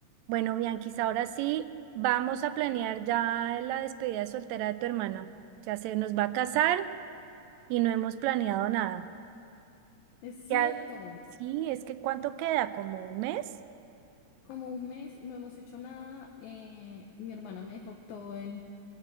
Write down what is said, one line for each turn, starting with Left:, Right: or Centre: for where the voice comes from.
Right: Bueno, Bianquis, ahora sí vamos a planear ya la despedida de soltera de tu hermana. Ya se nos va a casar y no hemos planeado nada.
Left: Es cierto,
Right: Ya, sí, es que ¿cuánto queda? ¿Como un mes?
Left: como un mes no hemos hecho nada, eh, mi hermana me dejó todo en,